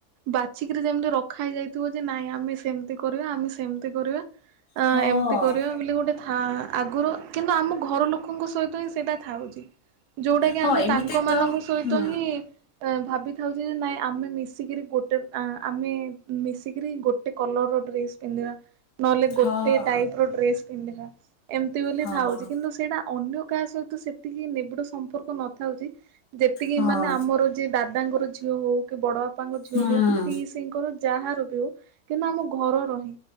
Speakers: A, on the right; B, on the left.
A: ବାଛିିକିରି ଯେମିତି ରଖା ହେଇ ଯାଇଥିବ ଯେ ନାଇଁ ଆମେ ସେମିତି କରିବା ଆମେ ସେମିତି କରିବା ଅ
B: ହଁ
A: ଏମିତି କରିବା ବୋଲି ଗୋଟେ ଥା ଆଗରୁ କିନ୍ତୁ ଆମ ଘର ଲୋକଙ୍କ ସହିତ ହିଁ ସେଇଟା ଥାଉଛି ଯୋଉଟା କି
B: ହଁ
A: ଆମେ
B: ଏମିତି
A: ତାଙ୍କ
B: ତ
A: ମାନଙ୍କ ସହିତ
B: ହୁଁ
A: ହିଁ ଭାବିଥାଉଚ ଯେ ନାଇଁ ଆମେ ମିଶ ଶୀଘରି ଗୋେ ତ ଆମେ ମିଶିକରି ଗୋଟେ କଲର ର ଡ୍ରେସ୍ ପିନ୍ଧିବା। ନହେଲେ ଗୋଟେ
B: ହଁ
A: ଟାଇପ ର ଡ୍ରେସ ପିନ୍ଧିବା। ଏମିତି ବୋଲି
B: ହଁ
A: ଥାଉଛି କିନ୍ତୁ ସେଇଟା ଅନ୍ୟ କାହା ସହିତ ସେତିକି ନିବିଡ ସମ୍ପର୍କ ନଥାଉଛି ଯେତିକି
B: ହଁ
A: ମାନେ ଆମର ଯିଏ ଦାଦ ଦାଦା ଙ୍କର ଝିଅ ହଉ କି ବଡ ବା ବାପାଙ୍କ ଝିଅକୁ
B: ହୁଁ
A: କି ପି ସିଙ୍କର ଯାହା ର କିନ୍ତୁ ଆମ ଘର ରହିଁ